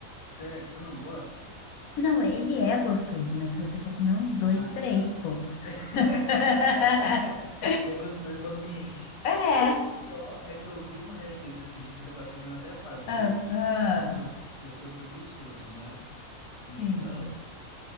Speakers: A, on the left; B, on the left.
A: Sério, você não gosta?
B: Não, ele é gostoso, mas se você for comer uns dois,
A: Ah,
B: três,
A: tá.
B: pô.
A: <laughs>
B: <laughs>
A: Ele é gostoso, só não me enche.
B: É.
A: O, o pior é que eu vi uma receita esses dias que eu tava querendo até fazer,
B: Ah, ah,
A: só que eu sou, eu sou preguiçoso, né? Então,
B: sim.